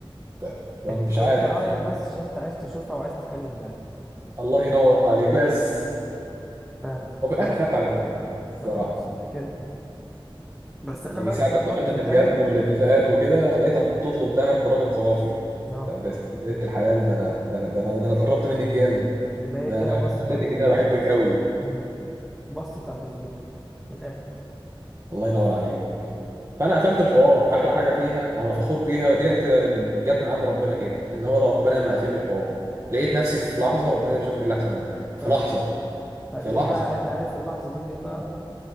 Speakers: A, on the right; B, in the centre.
A: بتاع. طب
B: انت
A: مش
B: كنت
A: عارف
B: رايح بس عشان انت عايز تشوفها وعايز تتكلم معاها
A: الله ينور عليك بس
B: ماشي فاهم
A: وفي الاخر
B: فاهم
A: خدت على دماغي الصراحه
B: ما انا نفس الحكايه بس
A: يعني
B: انا بقى
A: ساعة
B: في تجربتي
A: لما دخلنا
B: التانية
A: في الجد والاتفاقات وكده لقيتها تطلب ذهب برقم خرافي
B: اه
A: طب بس يا بنت الحلال ده انا ده انا ده انا ده انا اتقربت منك جامد
B: يبقى هي
A: ده
B: كده
A: انا
B: بصت
A: وريتك
B: على اللي في
A: ان
B: جيبك
A: انا بحبك قوي
B: امم بصت على اللي في جيبك من الاخر
A: الله ينور عليه فانا قفلت الحوار احلى حاجه فيها او انا فخور بيها ديت اللي جت من عند ربنا كده ان هو ربنا
B: امم
A: لما قفل الحوار لقيت نفسي في لحظه ربنا يرزقك باللي احسن مني في
B: طبعا
A: لحظه
B: ه-
A: في
B: ليه
A: لحظه
B: بقى انت عارف اللحظة دي ليه بقى